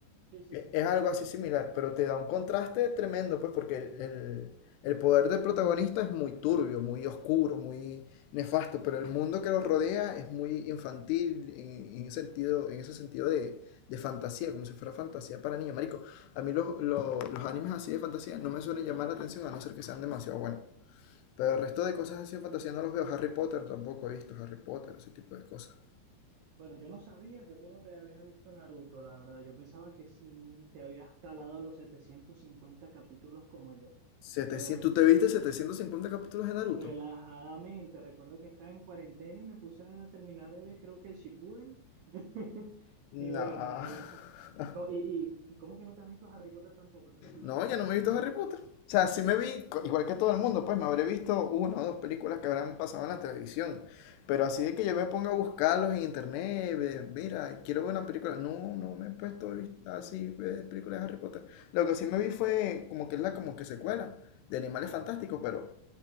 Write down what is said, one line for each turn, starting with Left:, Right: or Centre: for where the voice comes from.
Right: sí, sí,
Left: E-
Right: sí.
Left: Es algo así similar, pero te da un contraste tremendo, pues, porque el, el- el poder del protagonista es muy turbio, muy oscuro, muy nefasto, pero el mundo que lo rodea es muy infantil en, en ese sentido, en ese sentido de, de fantasía, como si fuera fantasía para niños. Marico, a mí los, los, los animes así de fantasía no me suelen llamar la atención a no ser que sean demasiado buenos. Pero el resto de cosas así de fantasía no los veo. Harry Potter tampoco he visto Harry Potter, ese tipo de cosas.
Right: Bueno, yo no sabía que tú no te habías visto Naruto, la verdad. Yo pensaba que sí te habías calado los 750 capítulos como yo.
Left: setecientos
Right: Pero bueno,
Left: ¿tú te viste 750 capítulos de Naruto?
Right: relajadamente. Recuerdo que estaba en cuarentena y me puse a terminar de ver, creo que el Shippuden. <laughs> Y bueno,
Left: No.
Right: ahí fue.
Left: <laughs>
Right: Co- Y, y, ¿y cómo que no te has visto Harry Potter tampoco? Tú eres loco.
Left: No, ya no me he visto Harry Potter. O sea, sí me vi, co- igual que todo el mundo, pues me habré visto una o dos películas que habrán pasado en la televisión. Pero así de que yo me ponga a buscarlos en internet, ve, mira, quiero ver una película. No, no me he puesto a vis- así eh, películas de Harry Potter. Lo que sí me vi fue como que es la como que secuela de Animales Fantásticos, pero